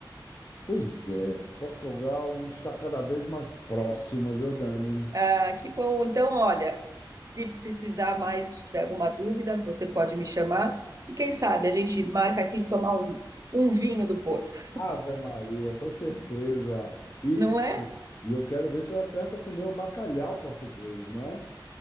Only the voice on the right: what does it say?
Ah, que bom. Então, olha, se precisar mais, se tiver alguma dúvida, você pode me chamar. E quem sabe a gente marca aqui de tomar um, um vinho do Porto,
não é?